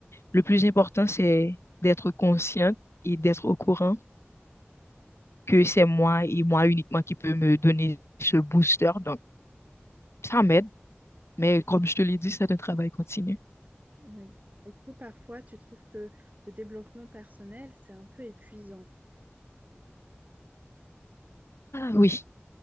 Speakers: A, on the left; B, on the right.
A: le plus important, c'est d'être consciente et d'être au courant que c'est moi et moi uniquement qui peut me donner ce booster. Donc, ça m'aide, mais comme je te l'ai dit, c'est un travail continu.
B: Oui. Est-ce que parfois tu trouves que le développement personnel, c'est un peu épuisant?
A: Oui,